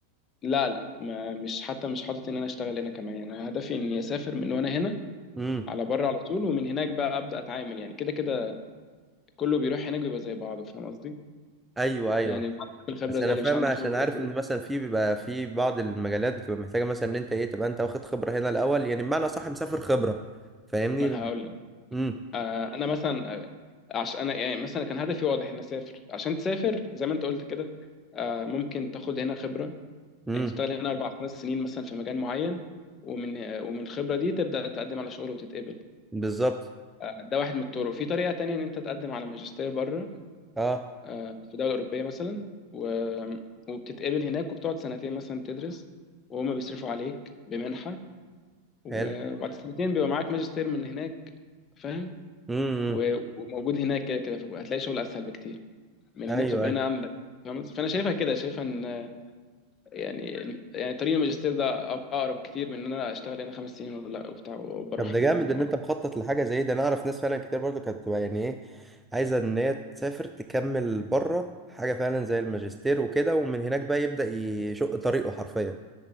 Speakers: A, on the left; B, in the centre.
A: لا لا ما مش حتى مش حاطط ان انا اشتغل هنا كمان يعني انا هدفي اني اسافر من وانا هنا
B: امم
A: على بره على طول ومن هناك بقى ابدا اتعامل يعني كده كده كله بيروح هناك بيبقى زي بعضه فاهم قصدي
B: ايوه ايوه
A: يعني اللي عنده الخبره
B: بس
A: زي
B: انا
A: اللي
B: فاهم
A: مش عنده
B: عشان
A: خبره
B: عارف
A: كله
B: ان مثلا في بيبقى في بعض المجالات بتبقى محتاجه مثلا ان انت ايه تبقى انت واخد خبره هنا الاول يعني بمعنى صح مسافر خبره فاهمني
A: ما انا هقول لك
B: امم
A: آه انا مثلا آه، عشان انا يعني مثلا كان هدفي واضح ان اسافر عشان تسافر زي ما انت قلت كده آه ممكن تاخد هنا خبره
B: امم
A: يعني تشتغل هنا اربع خمس سنين مثلا في مجال معين ومن آه، ومن الخبره دي تبدا تقدم على شغل وتتقبل
B: بالظبط
A: آه، ده واحد من الطرق في طريقه تانية ان انت تقدم على ماجستير بره
B: اه
A: آه، في دولة أوروبية مثلا و... وبتتقبل هناك وبتقعد سنتين مثلا تدرس وهما بيصرفوا عليك بمنحة و-
B: حلو
A: وبعد سنتين بيبقى معاك ماجستير من هناك فاهم
B: امم امم.
A: و- وموجود هناك كده كده فهتلاقي شغل أسهل بكتير من
B: ايوه
A: إن بتبقى
B: ايوه
A: هنا عندك فاهم؟ فأنا شايفها كده شايفها إن آه، يعني يعني طريق الماجستير ده أق- أقرب كتير من إن أنا أشتغل هنا خمس سنين ولا وبتاع وبروح
B: طب ده
A: على
B: جامد
A: هناك
B: ان
A: فاهم
B: انت
A: قصدي؟
B: مخطط لحاجه زي ده انا اعرف ناس فعلا كتير برضو كانت بتبقى يعني ايه عايزه ان هي تسافر تكمل بره حاجه فعلا زي الماجستير وكده ومن هناك بقى يبدا يشق طريقه حرفيا